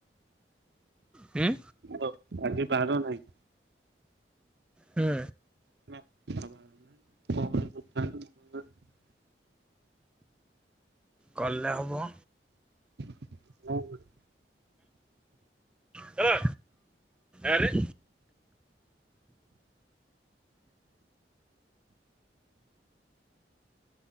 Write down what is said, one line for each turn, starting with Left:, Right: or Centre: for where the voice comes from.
Centre: ହୁଁ
Right: ହ ଆଜି ବାର ନାହିଁ।
Centre: ହୁଁ।
Right: <unintelligible>
Centre: କଲେ ହବ।
Right: <unintelligible>
Centre: ହେଲା। ଆରେ।